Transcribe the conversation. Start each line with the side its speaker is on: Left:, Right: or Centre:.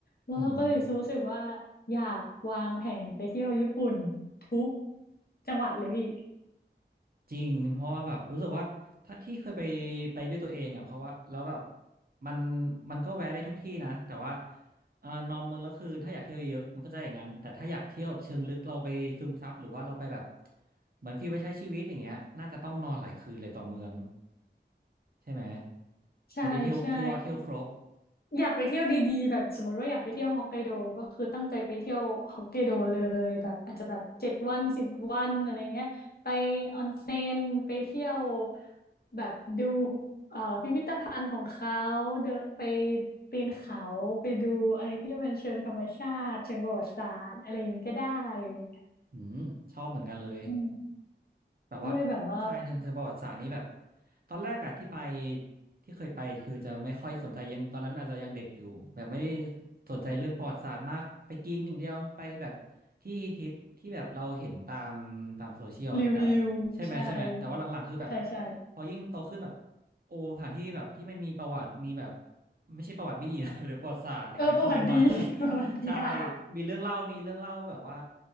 Left: แล้วเราก็เลยรู้สึกว่า
Right: อืม
Left: อยากวางแผนไปเที่ยวญี่ปุ่นทุกจังหวัดเลยพี่
Right: จริงเพราะว่าแบบรู้สึกว่าถ้าที่เคยไปไปด้วยตัวเองอ่ะเพราะว่าแล้วแบบมันมันก็แวะได้ทุกที่นะแต่ว่าเออนอนเมืองแล้วคือถ้าอยากเที่ยวเยอะๆมันก็จะอย่างนั้นแต่ถ้าอยากเที่ยวแบบเชิงลึกเราไปซึมซับหรือว่าเราไปแบบเหมือนฟีลไปใช้ชีวิตอย่างเงี้ยน่าจะต้องนอนหลายคืนเลยต่อเมืองใช่ไหม
Left: ใช่ใช่
Right: จะได้เที่ยวทั่วเที่ยวครบ
Left: อยากไปเที่ยวดีๆแบบสมมติว่าอยากไปเที่ยวฮอกไกโดก็คือตั้งใจไปเที่ยวฮอกไกโดเลยแบบอาจจะแบบเจ็ดวันสิบวันอะไรเงี้ยไปออนเซ็นไปเที่ยวแบบดูเอ่อพิพิธภัณฑ์ของเขาเดนไปปีนเขาไปดูอะไรที่มันเชิงธรรมชาติเชิงประวัติศาสตร์อะไรอย่างงี้ก็ได้อะไรเงี้ย
Right: อืมชอบเหมือนกันเลย
Left: อืม
Right: แต่ว่า
Left: ก็เลยแบบว่า
Right: ใช่ทางเชิงประวัติศาสตร์นี่แบบตอนแรกอะที่ไปที่เคยไปคือจะไม่ค่อยสนใจยังตอนนั้นอาจจะยังเด็กอยู่แบบไม่ได้สนใจเรื่องประวัติศาสตร์มากไปกินอย่างเดียวไปแบบที่ฮิตที่แบบเราเห็นตามตามโซเชียลอะแต่
Left: รีวิวใช่
Right: ใช่ไหมใช่ไหมแต่ว่าหลังๆคือแบบ
Left: ใช่ใช่
Right: พอยิ่งโตขึ้นแบบโอ้สถานที่แบบที่ไม่มีประวัติมีแบบไม่ใช่ประวัติไม่ดีนะ <laughs> หรือประวัติศาสตร์อะไรเงี้ยความเป็นมา
Left: เออประวัติดี <laughs>
Right: <laughs>
Left: ประวัติดี
Right: ใช่
Left: <laughs> อ่ะ
Right: มีเรื่องเล่ามีเรื่องเล่าแบบว่า